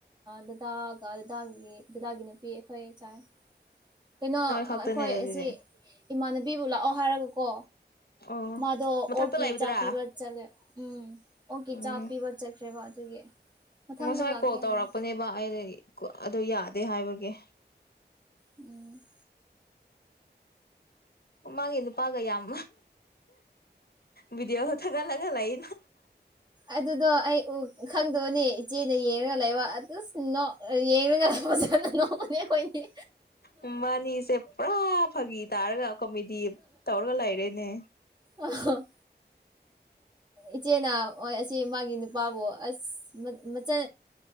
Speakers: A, on the right; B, on the left.
A: ꯗꯗꯥꯒ ꯗꯗꯥꯒꯒꯤ ꯗꯥꯒꯤ ꯅꯨꯄꯤ ꯑꯩꯈꯣꯏ ꯆꯥꯏ ꯀꯩꯅꯣ
B: ꯅꯣꯏ ꯈꯛꯇꯅꯦ
A: ꯑꯩꯈꯣꯏ
B: ꯑꯗꯨꯗꯤ
A: ꯑꯩꯁꯤ ꯏꯃꯥꯟꯅꯕꯤꯕꯨ ꯂꯥꯛꯑꯣ ꯍꯥꯏꯔꯒꯀꯣ
B: ꯑꯣ
A: ꯃꯥꯗꯣ
B: ꯃꯊꯛꯇ
A: ꯑꯣꯀꯤ
B: ꯂꯩꯕꯗꯨꯔꯥ
A: ꯆꯥ ꯄꯤꯕ ꯆꯂꯦ ꯎꯝ ꯑꯣꯀ
B: ꯎꯝ
A: ꯆꯥ ꯄꯤꯕ ꯆꯠꯈ꯭ꯔꯦꯕ ꯑꯗꯨꯒꯤ ꯃꯊꯪꯗ
B: ꯉꯁꯥꯏ
A: ꯂꯥꯛꯀꯦ
B: ꯀꯣꯜ ꯇꯧꯔꯛꯄꯅꯦꯕ
A: ꯍꯥꯏ
B: ꯑꯩ ꯑꯗꯨ ꯌꯥꯗꯦ ꯍꯥꯏꯕꯒꯤ
A: ꯎꯝ
B: ꯃꯥꯒꯤ ꯅꯨꯄꯥꯒ ꯌꯥꯝ ꯕꯤꯗꯤꯑꯣ ꯊꯒꯥꯠꯂꯒ ꯂꯩ
A: ꯑꯗꯨꯗꯣ ꯑꯩ ꯎ ꯈꯪꯗꯧꯅꯦ ꯏꯆꯦꯗ ꯌꯦꯡꯉꯒ ꯂꯩꯕ ꯑꯗꯨ ꯌꯦꯡꯉꯒ ꯂꯩ ꯅꯈꯣꯏꯅꯤ
B: ꯃꯕꯥꯅꯤꯁꯦ ꯄꯨꯔꯥ ꯐꯥꯒꯤ ꯇꯥꯔꯒ ꯀꯣꯃꯦꯗꯤ ꯇꯧꯔꯒ ꯂꯩꯔꯦꯅꯦ
A: ꯑꯍꯣ ꯏꯆꯦꯅ ꯑꯣꯏ ꯑꯁꯤ ꯃꯥꯒꯤ ꯅꯨꯄꯥꯕꯨ ꯑꯁ